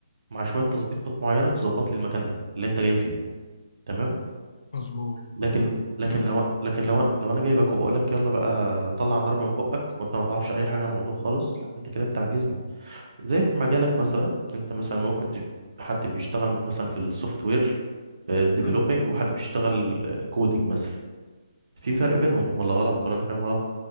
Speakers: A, on the right (about 60°); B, on the left (about 65°).
A: مع شويه تظبيطات معينه تظبط لي المكان ده اللي انت جاي فيه تمام
B: مظبوط
A: لكن
B: مظبوط
A: لكن
B: تمام
A: لو لكن لو لو انا جايبك وبقول لك يلا بقى طلع نار من بقك وانت ما تعرفش اي حاجه عن الموضوع خالص لا انت كده بتعجزني زي في مجالك مثلا انت مثلا ممكن تج- حد بيشتغل مثلا في السوفت وير ديفلوبينج
B: تمام
A: وحد بيشتغل كودينج مثلا في فرق بينهم ولا غلط ولا انا فاهم غلط